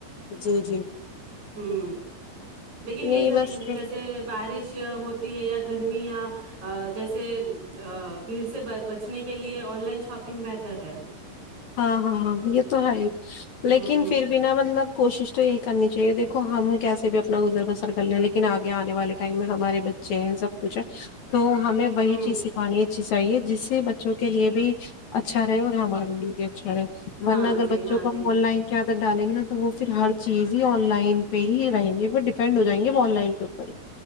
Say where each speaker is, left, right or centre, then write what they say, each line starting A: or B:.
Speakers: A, on the left; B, on the right.
A: جی جی
B: ہوں <inaudible> لیکن یہ
A: نہیں
B: جب
A: بس
B: جیسے بارش ہوتی ہے یا گرمی یا جیسے بھیڑ سے بچنے کے لیے آن لائن شاپ نگ بہتر ہے
A: ہاں ہاں ہاں یہ تو ہے لیکن
B: ہوں
A: پھر بھینا مطلب کوشش تو یہی کرنی چاہیے دیکھو ہم کیسے بھی اپنا گزر بسر کر لیں ہیں لیکن آگے آنے والے ٹائم میں ہمارے بچے ہیں سب کچھ ہے تو ہمیں وہی
B: ہوں
A: چیز سکھانی ہے اچ چاہیے جس سے بچوں کے لیے بھی اچھا رہے اور ہم ہمارے لیے بھی اچھا ہے ورن
B: ہاں
A: اگر
B: جی
A: بچوں
B: ہاں
A: کو
B: جی
A: ہم آن لائن کیااہ ڈالیں گے نا تو وہ پھر ہر چیز ہی آن لائن پہ ہی رہیں گے ڈیپینڈ ہو جائیں گے ا آن لائن کے اوپر ہی